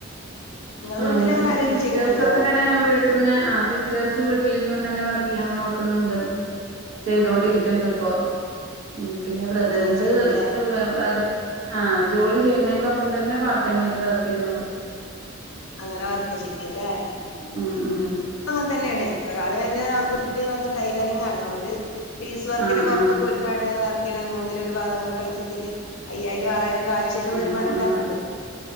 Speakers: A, on the left; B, on the right.
A: നിങ്ങളെ
B: ആഹ്
A: വീട്ടിൽ
B: വീട്ടില്
A: അങ്ങനെ ആരെങ്കിലും
B: ഇപ്പോ സിസ്റ്റേഴ്സ്
A: ചെയ്യുന്നുണ്ടോ
B: ഒക്കെങ്ങനെ വീട്ടിൽന്ന് ആഹ് സിസ്റ്റേഴ്സ് വീട്ടിലിരുന്ന്ന്നെ വർക് ഞാൻ നോക്കുന്നുണ്ട് ചെയ്തോണ്ടിരിക്കണ്ട്
A: ഉം
B: ഇപ്പൊ ഉം പിന്നെ ബ്രദഴ്‌സ്
A: അങ്ങനെ ചെയ്യണ്ടല്ലേ
B: വർക്ക് ആ ജോലി ചെയ്യുന്നതിന്റെ ഒപ്പം തന്നെ പാർട്ട് ടൈം ആയിട്ട് വർക്ക് ചെയ്യുന്നുണ്ട്
A: അങ്ങനെ വർക്ക് ചെയ്യല്ലേ
B: ഉം ഉം
A: അങ്ങനെ തന്നെയാണ് ഒരാള് എന്റെ ഉള്ളന്ന് ടൈലറിങ്ങ് ആണ് ഓര് പീസ് വർക്കിന്
B: ആഹ്
A: പുറത്ത്
B: ആഹ്
A: പോയിട്ടാണ് വർക്ക് ചെയ്യണ് മൂന്നിലൊ ഒരു ഭാഗ അങ്ങനെ പൈസ ഇട്ടിട്ട് അയ്യായിരം ആറായിരം ആഴ്ചയിൽ
B: ആഹ്
A: വരുമാനണ്ടാകണ്ട്
B: ആഹ്